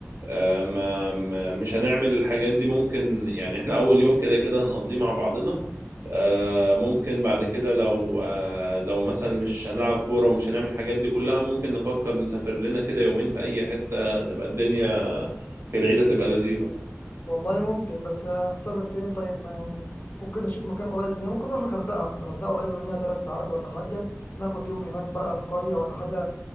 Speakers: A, on the right (about 65°); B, on the left (about 45°).
A: آه، ما ما- مش هنعمل الحاجات دي ممكن يعني احنا اول يوم كده كده هنقضيه مع بعضنا آه، ممكن بعد كده لو آه، لو مثلا مش هنلعب كورة ومش هنعمل الحاجات دي كلها ممكن نفكر نسافر لنا كده يومين في اي حتة تبقى الدنيا في العيد هتبقى لذيذة
B: والله ممكن بس هنسافر فين طيب ما يعني ممكن نشوف مكان قريب مننا ممكن نروح الغردقة الغردقة قريبة مننا ثلاث ساعات ولا حاجة ناخد يوم هناك بقى في قرية ولا حاجة